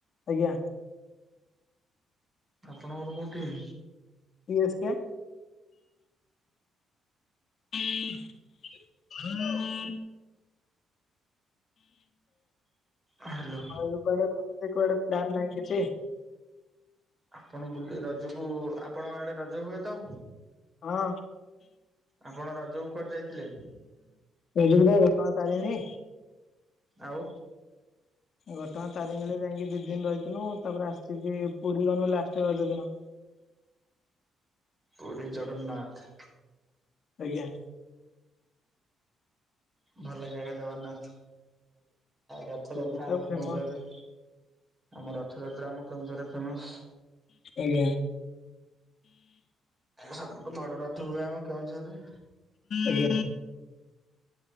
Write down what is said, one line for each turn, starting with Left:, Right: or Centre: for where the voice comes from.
Left: ଆଜ୍ଞା।
Right: ଆପଣଙ୍କର କୋଉଁ ଟିମ?
Left: C S K. ହଁ
Right: ହ୍ୟାଲୋ।
Left: ଆଉ କୁଆଡେ ବୁଲି କୁଆଡେ ପ୍ଲାନ ନାହିଁ କିଛି?
Right: ଆପଣ ବୁ ରଜକୁ ଆପଣଙ୍କ ଆଡ଼େ ରଜ ହୁଏ ତ?
Left: ହଁ।
Right: ଆପଣ ରଜ କୁ କୁଆଡ଼େ ଯାଇଥିଲେ।
Left: ରଜ କୁ ପା ଘଟଗାଁ ତାରେଣୀ।
Right: ଆଉ
Left: ଘଟଣା ତାରିଣୀ ଯାଇକି ଦି ଦିନି ରହିଥିନୁ ତାପରେ ଆସିକି ପୁରୀ ଗନୁ ଲାଷ୍ଟରେ ରଜ ଦିନ।
Right: ପୁରୀ ଜଗନ୍ନାଥ।
Left: ଆଜ୍ଞା।
Right: ଭଲ ଜାଗା ଜଗନ୍ନାଥ ରଥ
Left: ପୁରୀ
Right: ଯାତ୍ରା
Left: ତ
Right: ଆମର
Left: ଫେମସ
Right: କେଉଁଝରରେ ଆମ ରଥଯାତ୍ରା ଆମ କେଉଁଝରେ ଫେମସ।
Left: ଆଜ୍ଞା।
Right: ସବୁଠୁ ବଡ଼ ରଥ ହୁଏ ଆମ କେଉଁଝରରେ।
Left: ଆଜ୍ଞା।